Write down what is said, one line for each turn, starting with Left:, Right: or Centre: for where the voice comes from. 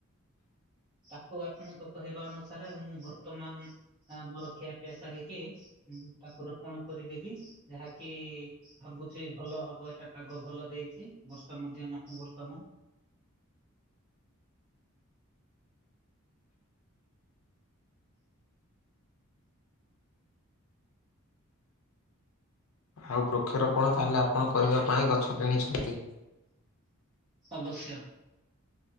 Right: ତାକୁ ଆପଣଙ୍କ କହିବା ଅନୁସାରେ ମୁଁ ବର୍ତ୍ତମାନ ମୋର ଖିଆପିଆ ସାରିକି ତାକୁ ରୋପଣ କରିଦେବି ଏହାକି ଭାବୁଚି ଭଲ ହବ ଏଟା ପାଗ ଭଲ ଦେଇଛି। ବର୍ଷା ମଧ୍ୟ ନାହିଁ ବର୍ତ୍ତମାନ।
Left: ଆଉ ବୃକ୍ଷରୋପଣ ତାହେଲେ ଆପଣ କରିବା ପାଇଁ ଗଛ କିଣିଛନ୍ତି?
Right: ଅବଶ୍ୟ।